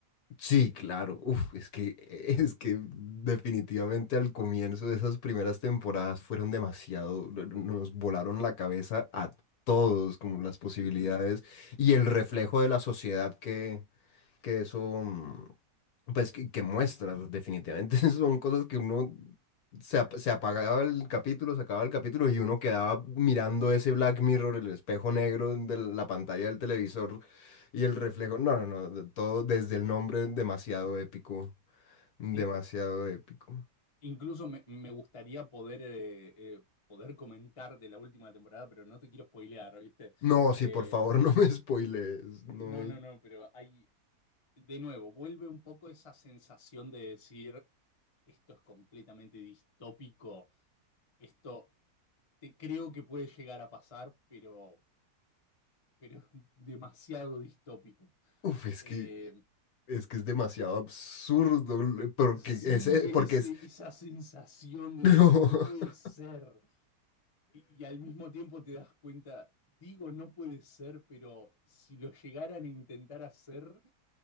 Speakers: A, on the left (about 65°); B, on the left (about 25°).
A: Sí, claro, uf, es que, <laughs> es que definitivamente al comienzo de esas primeras temporadas fueron demasiado, no- no- nos volaron la cabeza a todos, como las posibilidades
B: Ujú.
A: y el reflejo de la sociedad que. que eso, mm, pues, que, que muestras, definitivamente, <laughs> son cosas que uno se, ap- se apagaba el capítulo, se acababa el capítulo y uno quedaba mirando ese Black Mirror, el espejo negro de la pantalla del televisor y el reflejo. No, no, no, de- todo desde el nombre, demasiado épico, demasiado
B: Eh,
A: épico.
B: Incluso me, me gustaría poder, eh, eh, poder comentar de la última temporada, pero no te quiero spoilear, ¿viste?
A: No, sí,
B: Eh,
A: por favor, <laughs> no me spoilees, no
B: no,
A: es
B: no, no, pero hay, de nuevo, vuelve un poco esa sensación de decir, esto es completamente distópico, esto te creo que puede llegar a pasar, pero, pero es demasiado distópico.
A: Uf, es
B: Eh,
A: que, es que es demasiado absurdo, porque
B: sí,
A: ese, porque
B: ese,
A: es...
B: esa sensación de
A: <laughs>
B: decir, no puede
A: No.
B: ser. Y, y al mismo tiempo te das cuenta, digo, no puede ser, pero si lo llegaran a intentar hacer,